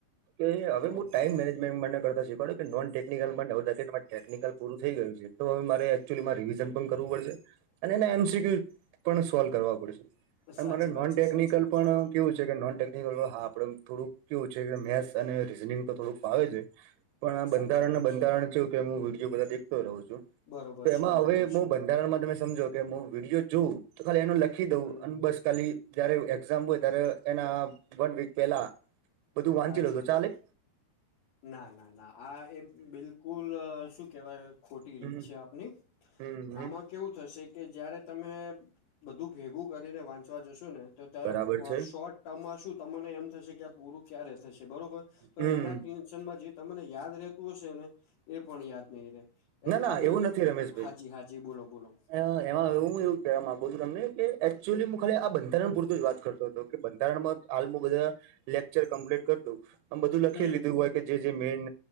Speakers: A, on the right; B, on the left.
A: કે હવે
B: બોલો
A: હુ ટાઈમ
B: બોલો
A: મેનેજમેન્ટ માટે કરતા નોનટેકનિકલટેકનિકલ પૂરું થઈ ગયું તો હવે એકચ્યુલીમાં રિવિઝન કરવું પડશે અને એને એમસીક્યુ પણ સોલ્વ કરવા પડશે અને
B: સાચી
A: મારે
B: વાત
A: નોનટેકનિકલ
B: છે સાચી વાત
A: પણ કેવું છે કે નોન ટેકનિકલ હા આપણે થોડું કેવું છે કે મેથ્સ અને રીઝનિંગ તો થોડુંક ફાવે છે પણ
B: છે
A: આ બંધારણ
B: સાચી વાત
A: ના બંધારણ છે કે હું વિડીયો બધા દેખતો રહું છું
B: બરોબર
A: તો
B: છે
A: એમાં
B: બરોબર
A: હવે
B: છે
A: હું બંધારણમાં તમે સમજો. કે હું વિડીયો જોઉં તો ખાલી એનો લખી દઉં
B: હમ
A: અને બસ ખાલી ત્યારે એક્ઝામ હોય ત્યારે એના વન વીક પેલા બધું વાંચી
B: હાજી
A: લોતો
B: હા
A: ચાલે
B: ના ના ના આ એક બિલકુલ શું કેહેવાય ખોટી
A: હમ
B: રીત છે આપની
A: હમ હમ
B: આમાં કેવું થશે કે જયારે તમે બધું ભેગું કરીને વાંચવા જશો ને તો ત્યારે
A: બરાબર
B: ઓ ઓ
A: છે
B: શોર્ટ ટર્મમાં શું તમને એમ થશે કે આ પૂરું ક્યારે થશે બરોબર તો
A: હમ
B: એના ટેન્શનમાં જે તમને યાદ રહેતું હશે ને એ પણ યાદ નઈ રે એટલે
A: ના ના
B: આનું
A: એવું
B: એક
A: નથી રમેશભાઈ
B: હાજી હાજી બોલો બોલો
A: એમાં હું એવું કહેવા માંગુ છું તમને કે એકચુલી હું ખાલી આ બંધારણ પૂરતું જ વાત કરતો હતો કે બંધારણમાં હાલ બધા લેક્ચર કમ્પ્લીટ કર દું આમ બધું લખી
B: હમ
A: લીધું હોય કે જે મેન